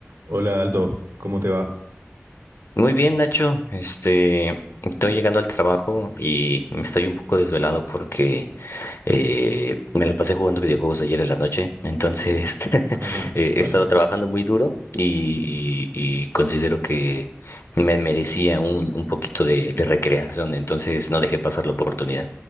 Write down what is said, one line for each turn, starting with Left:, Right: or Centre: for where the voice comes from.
Right: Hola Aldo, ¿cómo te va?
Left: Muy bien, Nacho. Este, estoy llegando al trabajo y me estoy un poco desvelado porque eh, me la pasé jugando videojuegos ayer en la noche. Entonces, <laughs>
Right: <laughs> Ajá.
Left: eh,
Right: Bueno,
Left: he estado trabajando muy duro y, y- y considero que me merecía un, un poquito de, de recreación. Entonces, no dejé pasar la oportunidad.